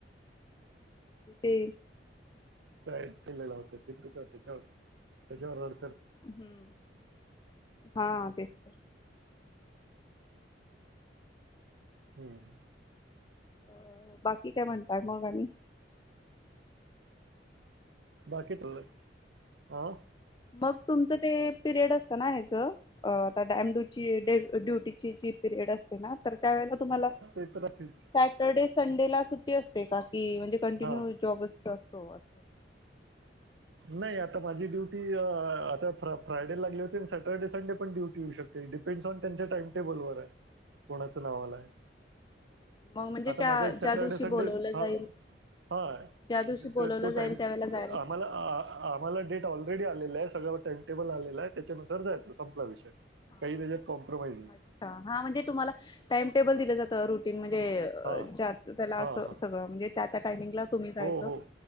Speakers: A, on the left (about 25°); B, on the right (about 80°).
A: ते
B: कालेला होत त्यावर त्याच्यावर अड
A: हम्म हा तेच तर.
B: हम्म.
A: अ बाकी काय म्हणताय मग आणि?
B: बाकी त हा.
A: मग तुमचं ते पिरियड असतं ना ह्याचं आता डॅमडची ड्युटीची जी पिरियड. असतए ना, तर त्यावेळेला तुम्हाला स्याटरडे
B: ते तर असेच
A: संडे ला सुट्टी असते का? कि म्हणजे कंटिन्यू
B: हा
A: जॉबच असतो अस-
B: नाही आता माझी ड्युटी आता फ्रायडे लागली होती आणि सॅटर्डे संडे पण ड्युटी येऊ शकते. डिपेंडस ऑन त्यांच्या टाइम टेबल वर आहे. कोणाच नाव आलंय.
A: मग म्हणजे
B: आता
A: ज्या
B: माझा एक सॅटरडे
A: ज्या दिवशी
B: संडे,
A: बोलवलं जाईल
B: हा. ह
A: ज्या दिवशी बोलवलं
B: तर तो
A: जाईल
B: टाईम
A: त्यावेळेला जायलाच
B: आम्हाला-
A: लागतं
B: आम्हाला डेट ऑलरेडी आलेला आहे. सगळं टाइम टेबल आलेल आहे. त्याच्यानुसार जायच संपला विषय.
A: हा.
B: काही त्याच्यात कॉम्प्रोमाइज नाही
A: अच्छा हा, म्हणजे तुम्हाला टाइम टेबल दिलं जात- रुटीन म्हणजे-
B: हा
A: त्याला
B: हा
A: अस
B: हा
A: सगळं म्हणजे, त्या त्या टायमिंगला तुम्ही जायचं.
B: हो हो